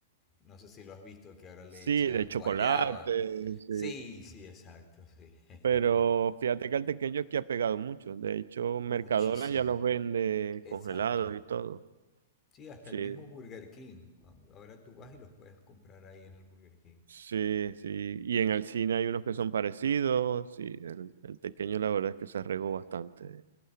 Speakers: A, on the left (about 25°); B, on the right (about 70°).
A: no sé si lo has visto, que ahora le
B: sí,
A: echan
B: de chocolate,
A: guayaba.
B: sí.
A: Sí, sí, exacto, sí. <laughs>
B: Pero fíjate que el tequeño aquí ha pegado mucho. De hecho, Mercadona
A: Muchísimo,
B: ya los vende
A: exacto.
B: congelados y todo.
A: Sí, hasta
B: Sí,
A: el mismo Burger King. Ahora tú vas y los puedes comprar ahí en el Burger King.
B: sí, sí. Y en el cine hay unos que son parecidos. Sí, el, el tequeño la verdad es que se arregó bastante.